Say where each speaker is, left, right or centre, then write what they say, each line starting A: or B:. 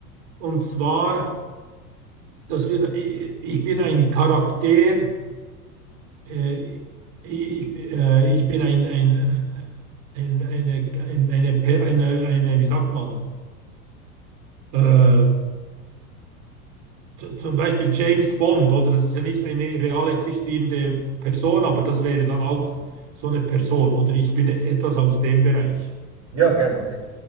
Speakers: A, on the right; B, on the right.
A: Und zwar, dass wir, ich, ich bin ein Charakter, äh, ich, äh, ich bin ein, ein, äh, ein, eine, ein, eine, eine, eine, wie sagt man? Äh, Z- Zum Beispiel James Bond, oder? Das ist ja nicht eine real existierende Person, aber das wäre dann auch so eine Person, oder? Ich bin etwas aus dem Bereich.
B: Ja, gern, okay.